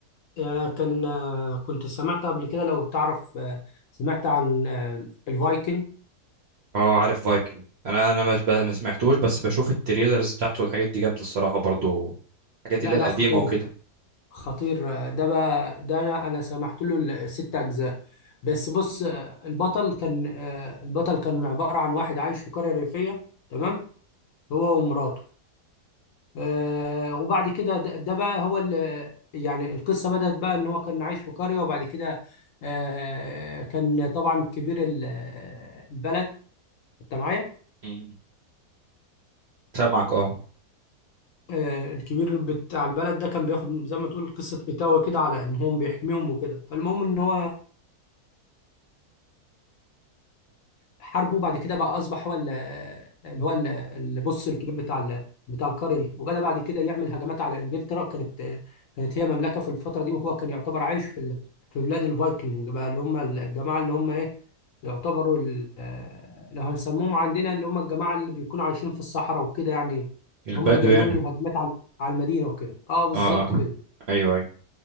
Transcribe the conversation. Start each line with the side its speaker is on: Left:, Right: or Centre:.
Left: آه، كان آه، كنت سمعت قبل كده لو تعرف آه، سمعت عن آه، الفايكن
Right: اه عارف فايكنج انا انا ما ما- ما سمعتوش بس بشوف التريلرز بتاعته الحاجات دي جامده الصراحه برضو الحاجات
Left: لا
Right: اللي هي
Left: لا
Right: القديمه
Left: خطير
Right: وكده
Left: خطير آه، ده بقى ده انا انا سمحت له الست اجزاء بس بص آه، البطل كان آه، البطل كان عبارة عن واحد عايش في قرية ريفية تمام هو ومراته آه، وبعد كده ده ده بقى هو اللي يعني القصة بدأت بقى ان هو كان عايش في قرية وبعد كده آه، كان طبعا كبير ال- آه، البلد انت معايا
Right: مم. سامعك اه
Left: آه، الكبير بتاع البلد ده كان بياخد زي ما تقول قصة إيتاوا كده على إن هو بيحميهم وكده فالمهم إن هو حاربه وبعد كده بقى أصبح هو ال- اللي هو ال- اللي بص الكبير بتاع ال- بتاع القارة دي وبدأ بعد كده يعمل هجمات على إنجلترا كانت كانت هي مملكة في الفترة دي وهو كان يعتبر عايش في ال- في بلاد الفايكنج بقى اللي هم الجماعة اللي هم إيه يعتبروا ال- آه، لو هنسموهم عندنا اللي هم الجماعة اللي بيكونوا عايشين في الصحراء وكده يعني
Right: البدو
Left: هم اللي بيعملوا
Right: يعني
Left: الهجمات على على المدينة وكده اه بالظبط
Right: اه اه
Left: كده
Right: ايوه ايوه